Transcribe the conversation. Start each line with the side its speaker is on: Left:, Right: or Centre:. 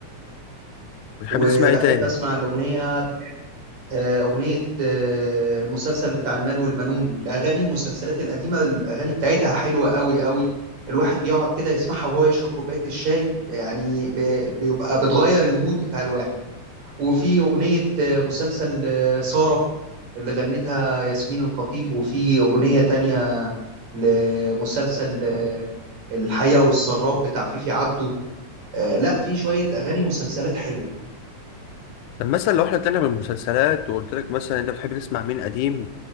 Left: بتحب
Right: وبحب
Left: تسمع ايه تاني
Right: اسمع الاغنيه آه، اغنيه آه، المسلسل بتاع المال والبنون الاغاني المسلسلات القديمه الاغاني بتاعتها حلوه قوي قوي الواحد بيقعد كده يسمعها وهو يشرب كوبايه الشاي يعني ب- بيبقى بتغير المود بتاع الواحد وفي اغنيه آه، مسلسل آه، ساره اللي غنتها ياسمين الخطيب وفي اغنيه تانية لمسلسل آه، الحياة والسراب بتاع فيفي عبده آه لا في شوية أغاني مسلسلات حلوة
Left: طب مثلا لو احنا طلعنا من المسلسلات وقلت لك مثلا انت بتحب تسمع مين قديم